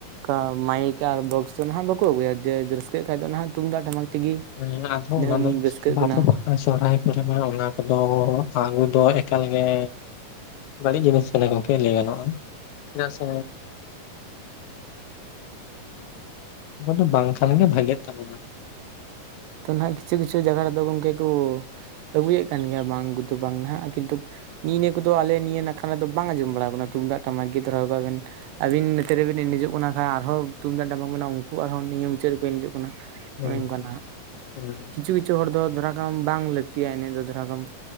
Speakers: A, on the right; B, on the left.
A: ᱠᱟ ᱢᱟᱭᱤᱠ ᱟᱨ ᱵᱚᱠᱥ ᱫᱚ ᱱᱟᱦᱟᱜ ᱵᱟᱠᱚ ᱟᱹᱜᱩᱭᱟ ᱡᱮ ᱨᱟᱹᱥᱠᱟᱹᱜ ᱠᱷᱟᱱ ᱫᱚ ᱱᱟᱦᱟᱜ ᱛᱩᱢᱫᱟᱜ ᱴᱟᱢᱟᱠ ᱛᱮᱜᱮ
B: ᱦᱮᱸ ᱟᱫᱚ
A: ᱛᱤᱱᱟᱹᱜ
B: ᱚᱱᱟ
A: ᱮᱢ
B: ᱫᱚ
A: ᱨᱟᱹᱥᱠᱟᱹᱜ
B: ᱵᱷᱟᱯᱚᱜᱼᱟ
A: ᱠᱟᱱᱟ
B: ᱥᱚᱦᱨᱟᱭ ᱠᱚᱨᱮ ᱢᱟ ᱚᱱᱟ ᱠᱚᱫᱚ ᱟᱹᱜᱩ ᱫᱚ ᱮᱠᱟᱞ ᱜᱮᱻ ᱵᱟᱹᱲᱤᱡ ᱡᱤᱱᱤᱥ ᱠᱟᱱᱟ ᱜᱚᱝᱠᱮ ᱞᱟᱹᱭ ᱜᱟᱱᱚᱜ-ᱟ ᱪᱮᱫᱟᱜ ᱥᱮ ᱟᱫᱚ ᱵᱟᱝ ᱛᱟᱦᱮᱱ ᱜᱮ ᱵᱷᱟᱜᱮᱜ ᱛᱟᱵᱚᱱᱟ
A: ᱛᱚ ᱱᱟᱦᱟᱜ ᱠᱤᱪᱷᱩ ᱠᱤᱪᱷᱩ ᱡᱟᱭᱜᱟ ᱨᱮᱫᱚ ᱜᱚᱢᱠᱮ ᱠᱚ ᱟᱹᱜᱩᱭᱮᱫ ᱠᱟᱱ ᱜᱮᱭᱟ ᱵᱟᱝ ᱠᱩᱫᱩ ᱵᱟᱝ ᱱᱟᱦᱟᱜ ᱠᱤᱱᱛᱩ ᱱᱤᱜᱼᱱᱤᱭᱟᱹ ᱠᱚᱫᱚ ᱟᱞᱮ ᱱᱤᱭᱟᱹ ᱱᱟᱠᱷᱟ ᱨᱮᱫᱚ ᱵᱟᱝ ᱟᱸᱡᱚᱢ ᱵᱟᱲᱟᱣ ᱟᱠᱟᱱᱟ ᱛᱩᱢᱫᱟᱜ ᱴᱟᱢᱟᱠ ᱜᱮ ᱫᱷᱚᱨᱟᱣ ᱟᱠᱚᱣᱟ ᱵᱮᱱ ᱟᱹᱵᱤᱱ ᱱᱤᱝᱠᱟᱹ ᱛᱮᱵᱤᱱ ᱮᱱᱮᱡᱚᱜ ᱠᱟᱱᱟ ᱠᱷᱟᱡ ᱟᱨ ᱦᱚᱸ ᱛᱩᱢᱫᱟᱜ ᱴᱟᱢᱟᱠ ᱢᱮᱱᱟᱜᱼᱟ ᱩᱱᱠᱩ ᱟᱨᱦᱚᱸ ᱱᱤᱭᱟᱹ ᱢᱩᱪᱟᱹᱫ ᱨᱮᱠᱚ ᱮᱱᱮᱡᱚᱜ ᱠᱟᱱᱟ
B: ᱦᱩᱸ
A: ᱚᱱᱮ ᱚᱱᱠᱟᱱᱟᱜ
B: ᱦᱩᱸ
A: ᱠᱤᱪᱷᱩ ᱠᱤᱪᱷᱩ ᱦᱚᱲ ᱫᱚ ᱫᱷᱚᱨᱟ ᱠᱚᱢ ᱵᱟᱝ ᱞᱟᱹᱠᱛᱤᱭᱟ ᱮᱱᱮ ᱫᱚ ᱫᱷᱚᱨᱟ ᱠᱚᱢ